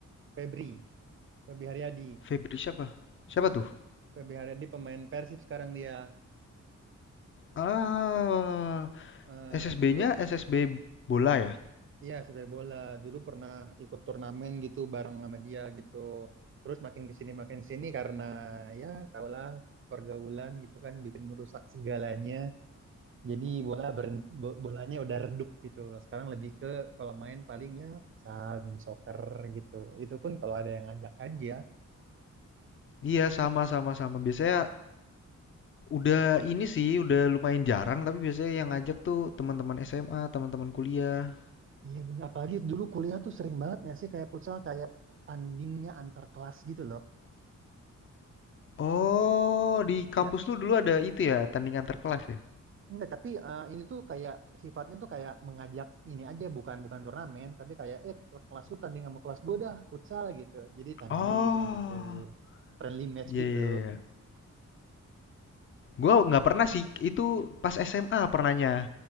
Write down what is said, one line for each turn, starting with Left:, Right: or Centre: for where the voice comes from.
Right: Febri, Febri Haryadi.
Left: Febri siapa? Siapa tuh?
Right: Febri Haryadi pemain Persib sekarang dia.
Left: Ah,
Right: Eh,
Left: SSB-nya
Right: dulu
Left: SSB bola ya?
Right: Iya, sepak bola. Dulu pernah ikut turnamen gitu bareng sama dia gitu. Terus makin ke sini makin sini karena ya tahulah pergaulan gitu kan bikin merusak segalanya. Jadi bola berhenti, bolanya udah redup gitu. Sekarang lebih ke kalau main palingnya futsal, mini soccer gitu. Itu pun kalau ada yang ngajak aja.
Left: Iya, sama sama sama. Biasanya Udah ini sih, udah lumayan jarang tapi biasanya yang ngajak tuh teman-teman SMA, teman-teman kuliah.
Right: Iya bener. Apalagi dulu kuliah tuh sering banget ya sih kayak futsal kayak tandingnya antar kelas gitu loh.
Left: Oh, di
Right: Itu
Left: kampus lu dulu ada itu ya, tandingan terkelas ya?
Right: Enggak, tapi eh, ini tuh kayak sifatnya tuh kayak mengajak ini aja bukan bukan turnamen, tapi kayak eh kelas lu tanding sama kelas gue dah futsal gitu. Jadi tanding
Left: Oh,
Right: gitu. Friendly match
Left: iya
Right: gitu.
Left: iya iya. Gua nggak pernah sih, itu pas SMA pernahnya